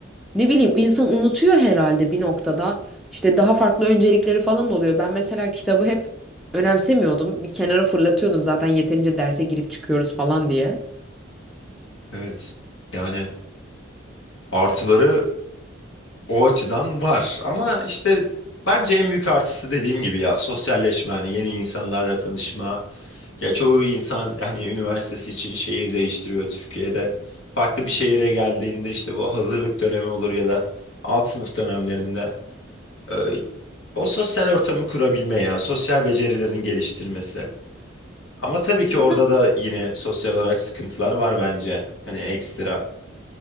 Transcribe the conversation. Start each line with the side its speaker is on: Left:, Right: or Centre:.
Centre: Ne bileyim insan unutuyor herhalde bir noktada. İşte daha farklı öncelikleri falan oluyor. Ben mesela kitabı hep önemsemiyordum. Bir kenara fırlatıyordum zaten yeterince derse girip çıkıyoruz falan diye.
Left: Evet. Yani artıları o açıdan var ama işte bence en büyük artısı dediğim gibi ya sosyalleşme hani yeni insanlarla tanışma, Ya çoğu insan hani üniversitesi için şehir değiştiriyor Türkiye'de. Farklı bir şehire geldiğinde işte bu hazırlık dönemi olur ya da alt sınıf dönemlerinde e, o sosyal ortamı kurabilme ya sosyal becerilerin geliştirmesi. Ama tabii ki
Centre: Ya
Left: orada da yine sosyal olarak sıkıntılar var bence. Hani ekstra.